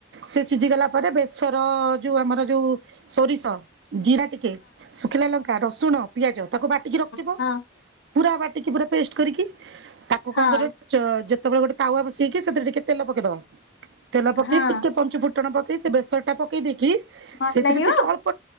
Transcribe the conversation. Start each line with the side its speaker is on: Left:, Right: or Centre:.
Right: ସେ ସିଝିଗଲା ପରେ ବେଶର ଯୋଉ ଆମର ଯୋଉ ସୋରିଷ ଜିରା ଟିକେ ଶୁଖିଲା ଲଙ୍କା, ରସୁଣ, ପିଆଜ ତାକୁ ବାଟିକି ରଖଥିବ।
Left: ହଁ
Right: ପୁରା ବାଟିକି ପୁରା ପେଷ୍ଟ କରିକି ତାକୁ
Left: ହଁ
Right: କଣ କରିବ ଯେତେବେଳେ ଗୋଟେ ତାୱ ବସେଇକି ସେଥିରେ ଟିକେ ତେଲ ପକେଇଦବା। ତେଲ ପକେଇ
Left: ହଁ
Right: ଟିକେ ପଞ୍ଚୁ ଫୁଟଣ ପକେଇ ସେ ବେସର ଟା ପକେଇ ଦେଇକି
Left: ଭଲ
Right: ସେଥିରେ
Left: ଲାଗିବ
Right: ଟିକେ ଅଳ୍ପ